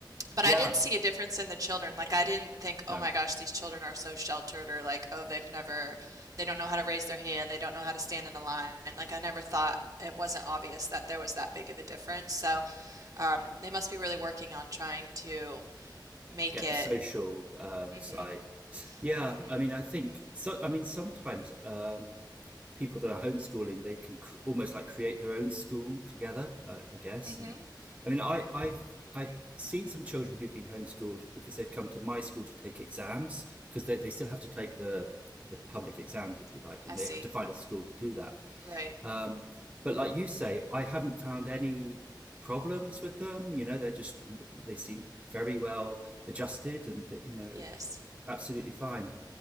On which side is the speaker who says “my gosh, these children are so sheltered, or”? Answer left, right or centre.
Right